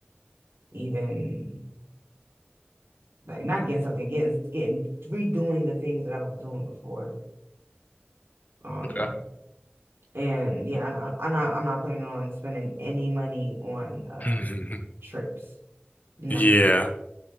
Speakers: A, on the right; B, on the left.
A: even. like not getting something, getting getting redoing the things that I was doing before. Um,
B: Okay.
A: and yeah, I, I- am not I'm not planning on spending any money on uh,
B: <laughs>
A: trips. No,
B: Yeah.